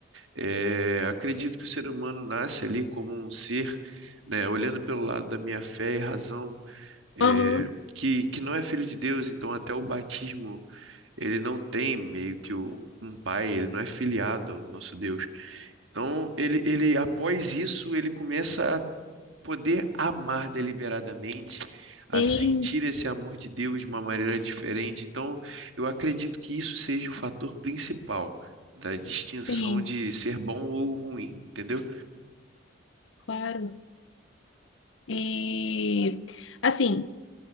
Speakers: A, on the right (about 75°); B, on the left (about 75°).
A: É, acredito que o ser humano nasce ali como um ser, né? Olhando pelo lado da minha fé e razão, é,
B: Aham.
A: que, que não é filho de Deus, então até o batismo ele não tem meio que o- um pai, ele não é filiado ao nosso Deus. Então, ele, ele, após isso, ele começa a poder amar deliberadamente, a
B: Sim,
A: sentir esse amor de Deus de uma maneira diferente. Então, eu acredito que isso seja o fator principal da distinção
B: sim,
A: de ser bom ou ruim, entendeu?
B: claro. E assim.